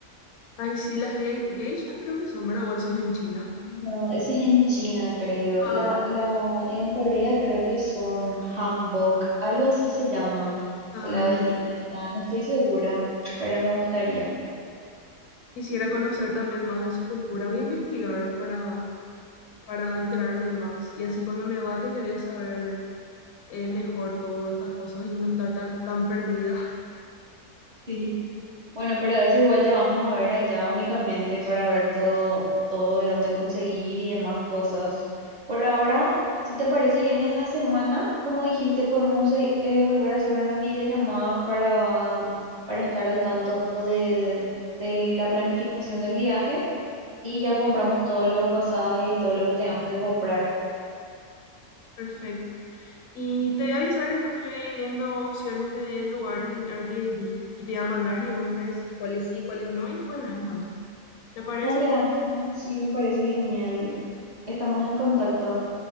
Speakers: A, on the left; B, on the right.
A: Ay, sí, las gei- geishas creo que son, ¿verdad? O ese es en China.
B: No, ese es en China, creo.
A: Ah,
B: La,
A: ya.
B: la, en Corea creo que son hanbok, algo así se llama,
A: Ah,
B: la vestimenta.
A: ya, ya.
B: No estoy segura, pero me gustaría.
A: Quisiera conocer también más de su cultura. Voy a investigar para, para enterarme más. Y así cuando me vaya ya voy a saber eh, mejor todas estas cosas y no estar tan, tan perdida.
B: <laughs> Bueno, pero eso igual ya vamos a ver allá únicamente para ver todo, todo de dónde conseguir y demás cosas. Por ahora, si te parece bien en la semana, como dijiste, podemos eh, eh, volver a hacer una videollamada para, para estar al tanto de, de la planificación del viaje y ya compramos
A: <laughs>
B: todos los pasajes y todo lo que tengamos que comprar.
A: Perfecto. Y te voy a avisar, entonces yo voy a ir viendo opciones de lugares en Airbnb y te voy a mandar y vos me decís cuáles sí, cuáles no y después vemos eso. ¿Te parece?
B: Dale, Ana, sí, me parece genial. Estamos en contacto.